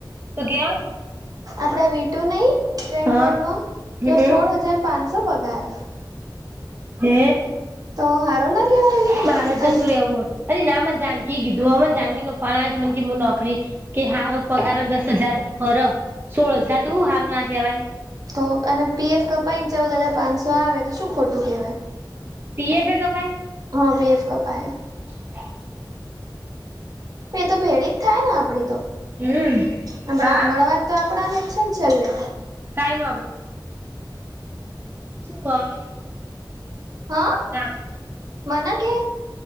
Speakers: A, on the right; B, on the right.
A: શું કેવ
B: આપડે વિટું નઈ ટેગ
A: હા
B: મોલમાં તે
A: હમ
B: સોળ હજાર પાંચસો પગાર
A: હે
B: તો હારું ના કેવાય લી
A: માારા જતું
B: અને
A: રેવું હો અને નામ જ જાન કી એ કીધું હ મને જાનકી નો ફૉન આયો તો મન કે નોકરી કે હારો પગાર દસ હજાર પર સોળ હજાર તો હું હારું ના કેવાય
B: તો અને પીએફ કપાઈને ચૌદ હજાર પાંચસો આવે તો શું ખોટું કેવાય
A: પીએફ એ કપાઈ
B: હા પીએફ કપાઈ
A: <inaudible> <inaudible>
B: એ તો ભેડી જ થાય ને આપડી તો
A: હમ્મ
B: આપડા
A: હા
B: મળવાનું તો આપડાને અચ્છા છે જ છેલ્લે
A: ટાઈમ <unintelligible>
B: હા
A: ના
B: મન કે